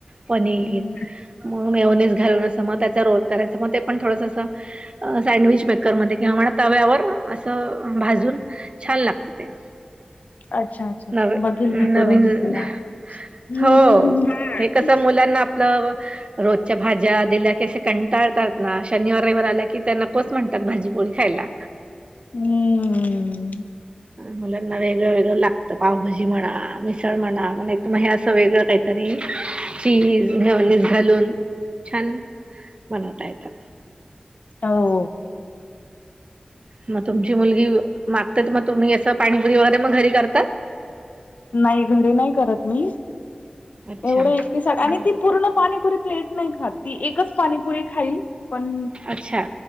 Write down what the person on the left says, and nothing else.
हम्म
अच्छा अच्छा अच्छा
बघेल मी करून तिला. हम्म
हम्म
हम्म
हो
नाही घरी नाही करत मी
एवढं एक त साठ आणि
ती पूर्ण पाणीपुरी प्लेट नाही खात ती एकच पाणीपुरी खाईल पण